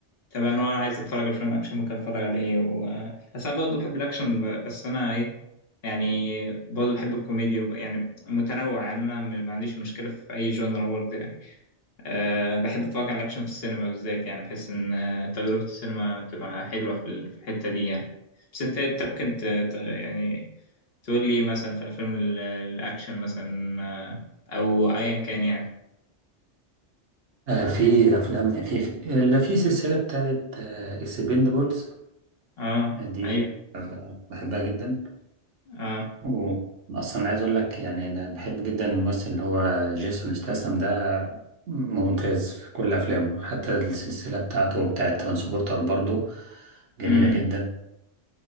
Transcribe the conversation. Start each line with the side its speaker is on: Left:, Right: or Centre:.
Left: طب انا لو انا عايز اتفرج على فيلم اكشن ممكن اتفرج على ايه و... بس انا برضه بحب الاكشن ب- بس انا ايه يعني برضه بحب الكوميديا وب- يعني متنوع يعني انا م- ما عنديش مشكله في اي جونر برضه يعني أه بحب اتفرج على الاكشن في السينما بالذات يعني بحس ان آه، تجربه السينما بتبقى حلوه في ال- في الحته دي يعني بس انت انت ممكن ت... ت... يعني تقول لي إيه مثلا في افلام ال- الاكشن مثلا آه، او ايا كان يعني
Right: آه في
Left: يعني.
Right: افلام في في, اللي في سلسله بتاعت اكسبندبلز
Left: اه
Right: دي
Left: ايوه
Right: بحبها جدا
Left: اه
Right: و- اصلا عايز اقول لك يعني انا بحب جدا الممثل اللي هو جيسون ستاثام ده ممتاز في كل افلامه حتى السلسله بتاعته بتاعه ترانسبورتر برضو جميله
Left: امم
Right: جدا